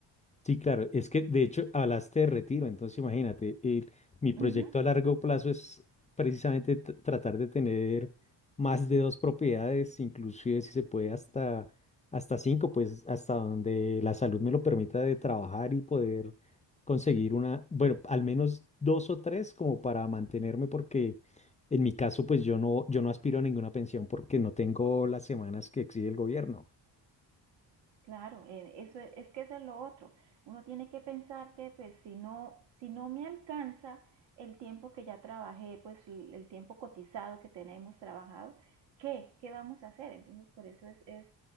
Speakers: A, on the left; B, on the right.
A: Sí, claro, es que de hecho hablaste de retiro, entonces imagínate, el- mi proyecto
B: Ujú.
A: a largo plazo es precisamente t- tratar de tener más de dos propiedades, inclusive si se puede hasta, hasta cinco, pues hasta donde la salud me lo permita de trabajar y poder conseguir una, bueno, al menos dos o tres como para mantenerme, porque en mi caso pues yo no, yo no aspiro a ninguna pensión porque no tengo las semanas que exige el gobierno.
B: Claro, eh, eso es, es que eso es lo otro. Uno tiene que pensar que pues si no, si no me alcanza el tiempo que ya trabajé, pues el el tiempo cotizado que tenemos trabajado, ¿qué? ¿Qué vamos a hacer? Entonces por eso es, es,